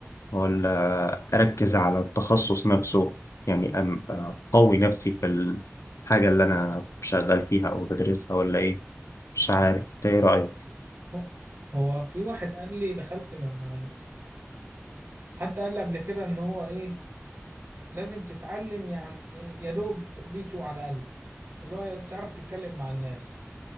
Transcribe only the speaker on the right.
هو هو في واحد قال لي دخلت مع حد قال لي قبل كده ان هو ايه لازم تتعلم يعني يا دوب بي 2 على الاقل اللي هو تعرف تتكلم مع الناس